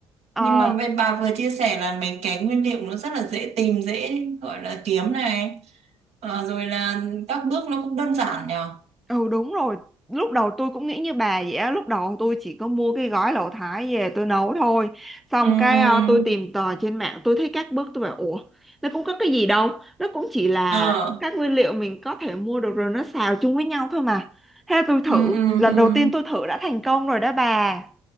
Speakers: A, in the centre; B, on the right.
A: ờ,
B: Nhưng mà bên bà vừa chia sẻ là mấy cái nguyên liệu nó rất là dễ tìm, dễ gọi là kiếm này. Ờ, rồi là các bước nó cũng đơn giản nhờ.
A: Ừ đúng rồi Lúc đầu tôi cũng nghĩ như bà vậy á Lúc đầu tôi chỉ có mua cái gói lẩu thái về tôi nấu thôi Xong
B: Ừ,
A: cái
B: ừ.
A: ờ, tôi tìm tòi trên mạng Tôi thấy các bước tôi bảo Ủa nó cũng có cái gì đâu Nó cũng chỉ là
B: Ờ,
A: các nguyên liệu mình có thể mua được rồi Nó xào chung với nhau thôi mà Thế tôi thử
B: ừ, ừ,
A: Lần
B: ừ.
A: đầu tiên tôi thử đã thành công rồi đó bà